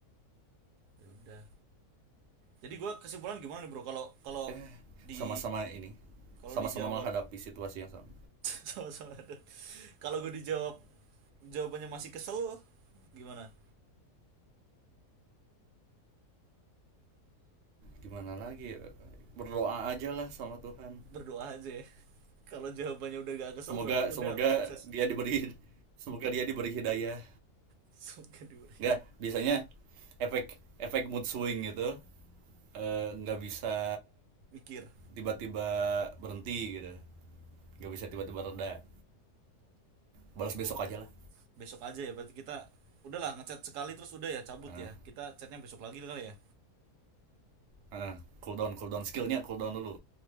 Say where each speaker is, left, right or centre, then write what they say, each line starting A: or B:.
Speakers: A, on the right (about 85°); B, on the right (about 55°).
A: Ya udah. Jadi gue kesimpulan gimana nih bro? Kalau kalau
B: Eh
A: di
B: sama-sama ini.
A: kalau
B: Sama-sama
A: dijawab
B: menghadapi situasi yang sama.
A: <laughs> sama-sama. aduh. Kalau gue dijawab jawabannya masih kesel gimana?
B: Gimana lagi? ya? Berdoa aja lah sama Tuhan.
A: Berdoa aja ya. Kalau jawabannya udah gak kesel
B: Semoga
A: berarti
B: semoga
A: udah sukses.
B: dia diberi semoga dia diberi hidayah.
A: Suka diberi.
B: Enggak, biasanya efek efek mood swing gitu eh, nggak uh, bisa
A: Mikir.
B: tiba-tiba berhenti gitu nggak bisa tiba-tiba reda balas
A: Oh.
B: besok aja lah
A: Besok aja ya berarti kita udahlah ngechat sekali terus udah ya cabut
B: Ah,
A: ya. Kita chatnya besok lagi kali ya.
B: ah, cool down cool down skillnya cool down dulu